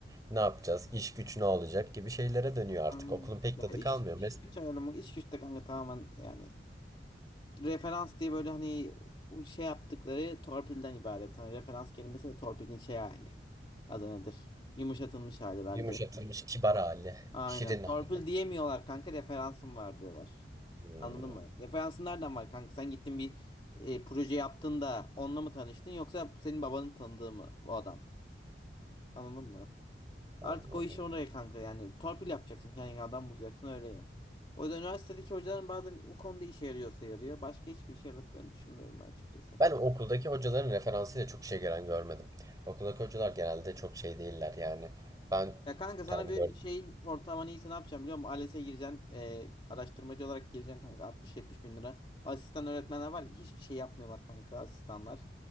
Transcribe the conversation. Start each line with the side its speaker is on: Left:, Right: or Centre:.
Right: Ne yapacağız? İş güç ne olacak gibi şeylere dönüyor artık.
Left: Aynen.
Right: Okulun pek
Left: Ya
Right: tadı
Left: iş,
Right: kalmıyor.
Left: iş
Right: Mes
Left: güç ayarlamak, iş güç de kanka tamamen yani referans diye böyle hani o şey yaptıkları torpilden ibaret. Hani referans kelimesi de torpilin şey hali. Adı nedir? Yumuşatılmış hali bence.
Right: yumuşatılmış kibar hali,
Left: Aynen.
Right: şirin
Left: Torpil
Right: hali.
Left: diyemiyorlar kanka referansım var diyorlar.
Right: Hmm,
Left: Anladın mı? Referansın nereden var kanka? Sen gittin bir e, proje yaptın da onunla mı tanıştın yoksa senin babanın tanıdığı mı o adam? Anladın mı?
Right: anladım.
Left: Artık o iş oraya kanka yani torpil yapacaksın kendine adam bulacaksın öyle yer. O yüzden üniversitedeki hocaların bazen o konuda işe yarıyorsa yarıyor. Başka hiçbir işe yaradıklarını düşünmüyorum ben açıkçası.
Right: Ben okuldaki hocaların referansıyla çok şey gelen görmedim. Okuldaki hocalar genelde çok şey değiller yani. Ben
Left: Ya kanka sana
Right: tam
Left: bir
Right: gördüm.
Left: şeyin ortalamanı iyisi ne yapacağım biliyor musun? ALES'e gireceksin. eee, araştırmacı olarak gireceksin kanka 60-70 bin lira. Asistan öğretmenler var ya hiçbir şey yapmıyorlar kanka asistanlar.